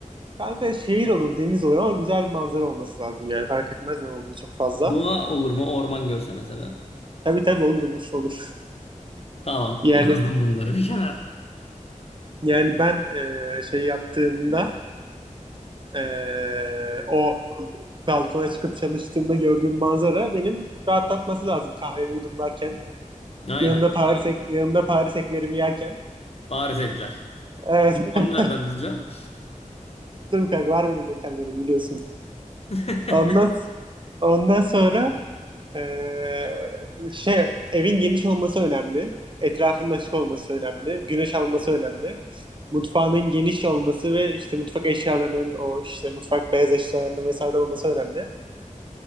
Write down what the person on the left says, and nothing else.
Doğa olur mu? Orman görse mesela.
Tamam.
<laughs> Yazdım bunları bir kenara.
Aynen.
Bari ekler.
Onu
nereden bulacaksın?
<laughs>